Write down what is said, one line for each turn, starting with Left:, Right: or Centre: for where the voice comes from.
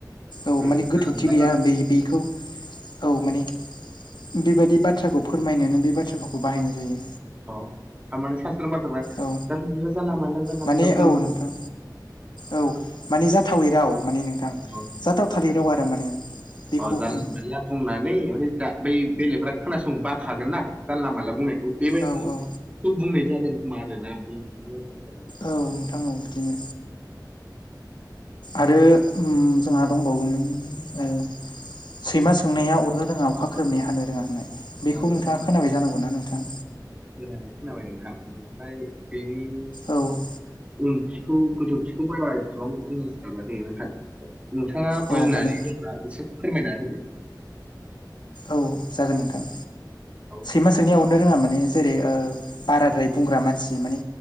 Left: औ
Right: ओ
Left: माने
Right: जानला
Left: गोथौथि गैया
Right: मानला
Left: बै बेखौ औ माने बेबायदि बाथ्राखौ फोरमायनोनो बे बाथ्रा भावखौ बाहायनाय जायो।
Right: अ थारमाने सास्रों बाथ्रा बा जानला
Left: औ
Right: माला जानला मानला जानला
Left: माने
Right: मानला बुं
Left: औ
Right: <unintelligible>
Left: नोंथां औ माने जाथावै राव माने नोंथां
Right: अ
Left: जाथावथारै राव आरो माने बेखौ
Right: अ' जानला
Left: ओं
Right: मोनला बुंनानै आमफ्राय दा बै बेलेगफोरा खोनासंनो बाखागोन ना जानला मोनला बुंनाय बेबायदिखौ
Left: औ औ
Right: बुंनाय जादों खोमा आरोना बे <unintelligible>
Left: औ नोंथां औ बिदिनो। आरो उम जोंहा दंबावोमोन ओ सैमा सोंनाया अरनो रोङा अखा ख्रोमनाया हानो रोङा होननाय बेखौ
Right: औ
Left: नोंथाङा खोनाबाय जानांगौ ना नोंथां।
Right: होननानै खोनाबाय नोंथां ओमफ्राय बेनि
Left: औ
Right: उनथिखौ गोथौथिखौ बारा एसेबां बुंनो सानाखै नोंथां नोंथाङा बुजिनानै
Left: औ माने
Right: दंब्ला एसे फोरमायना होदो
Left: औ जागोन नोंथां।
Right: औ
Left: मा सोंनाया अरनो रोङा माने जेरै ओ बाराद्राय बुंग्रा मानसि माने